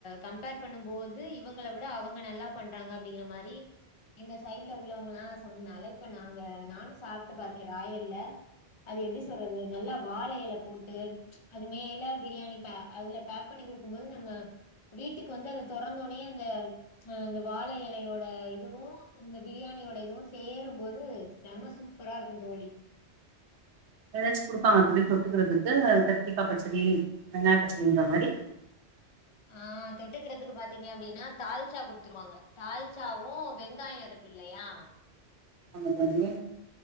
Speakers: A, on the left; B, on the right.
A: கம்பேர் பண்ணும் போது இவுங்கள விட அவங்க நல்லா பண்றாங்க அப்டிங்கிற மாதிரி எங்க சைட்ல உள் இல்ல அவுங்கனா சொன்ன அளவுக்கு நானு சாப்ட்டு பாத்த ராயல்ல அது எப்டி சொல்றது நல்லா வாழை எல போட்டு அது மேல பிரியாணி ப பேக் பண்ணிருக்கும் போது நம்ம வீட்டுக்கு வந்து அந்த தொறந்தோனே அந்த அ வாழ எலையோட இதுவு இந்த பிரியா ணியோட இதுவு சேரும்போது செம சூப்பராருக்கும் தோழி
B: ஏதாச்சு குடுப்பாங்களா தோழி தொட்டுக்கறதுக்கு கத்திரிக்காய் பச்சடி வெங்காய பச்சடிங்கற மாதிரி
A: ஆஹ் தொட்டுக்கறதுக்கு பாத்தீங்க அப்டின்னா தால்சா குடுத்துருவாங்க தால்சாவும் வெங்காயோ இருக்குல்லையா
B: <unintelligible> தோழி